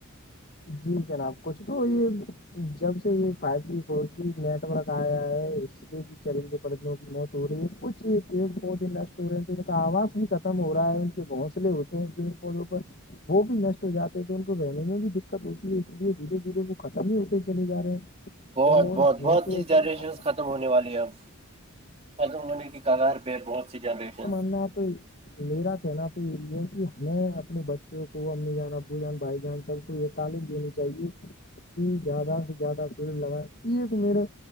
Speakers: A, on the left; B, on the right.
A: جی جناب کچھ تو یہ جب سے یہ five G four G network آیا ہے اس سے بھی چیلنج پڑندوں کی بہت تھوڑی یہ کچھ پیڑ پودے نشٹ ہو رہے ہیں تو ان کا آواز بھی ختم ہو رہا ہے ان کے گھونسلے ہوتے پیڑ پودوں پر وہ بھی نشٹ ہو جاتے ہیں تو ان کو رہنے میں بھی د دقت ہوتی ہے اس لیے دھیرے دھیرے وہ ختم ہی ہوتے چل جا رہے ہیں
B: بہت
A: اور
B: بہت
A: ہمیں
B: بہت
A: تو
B: جی
A: اپنے-
B: جنریشن ختم ہونے والی ہے اب ختم ہونے کی کگار پہ ہے بہت سی جنریشن
A: نہ تو ہی <inaudible> میرا کہنا تو یہ ہے کہ ہمیں اپنے بچوں کو امی جان ابو جان بھائی جان سب کو یہ تعلیم دینی چاہیے کہ زیادہ سے زیادہ در لگا یہ ایک میرا